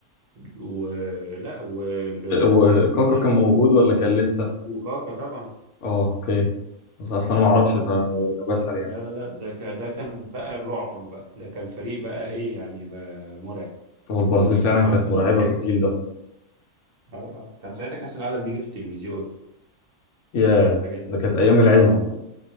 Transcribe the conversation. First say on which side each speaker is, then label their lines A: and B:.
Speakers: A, on the right; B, on the left.
A: ولا وجون
B: وكاكا كان موجود
A: وجون
B: ولا كان لسه؟
A: وكاكا طبعا
B: اه اوكي بس اصلا انا ما اعرفش فانا بسأل يعني
A: لا لا لا ده كان ده كان بقى الرعب بقى ده كان فريق بقى ايه يعني بقى مرعب
B: هو البرازيل
A: كنت
B: فعلا
A: تتفرج
B: كانت
A: كنت
B: مرعبة
A: تحب
B: في الجيل
A: تت-
B: ده
A: آه، آه. كان ساعتها كأس العالم بيجي في التلفزيون
B: يا
A: قبل الحاجات دي
B: ده كانت ايام العز
A: اه
B: دي